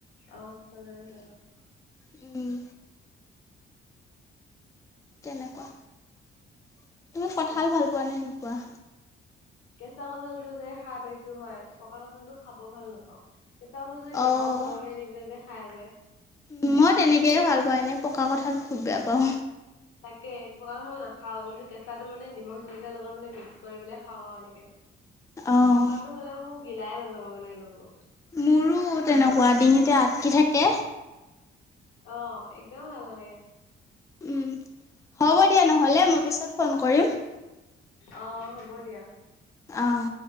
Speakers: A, on the left (about 80°); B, on the left (about 15°).
A: অঁ, সেইফালৰে হয় ন'।
B: উম'। কেনেকুৱা? তুমি কঠাল
A: কোৱা
B: ভাল পোৱা নে নোপোৱা?
A: কেঁচা কঁঠালটো যে খাই পাইছো হয়, পকা কঠাল টো খাব ভাল নাপাওঁ। কেঁচা কঠালটো যে নিমখ
B: অঁ
A: জলকীয়া দি পেলাই যে খাই যে।
B: উম' মই তেনেকেই
A: সেইটো
B: ভাল পাওঁ, এনেই পকা কঠাল বহুত বেয়া পাওঁ।
A: তাকে, পকা কঠাল নাখাওঁ, যোনটো কেঁচাটো মানে নিমখ জলকীয়াৰ লগত মানে মিক্স কৰি পেলাই খাওঁ আৰু এনেকে।
B: অঁ
A: পকাটো হ'লে মোক গিলাই নাযাব মানে অলপো।
B: মোৰো তেনেকুৱা, ডিঙিতে আটকি থাকে।
A: অঁ' একদম ভাল নালাগে।
B: উম' হ'ব দিয়া নহ'লে, মই পিছত ফন কৰিম।
A: অঁ' হ'ব দিয়া।
B: অঁ'।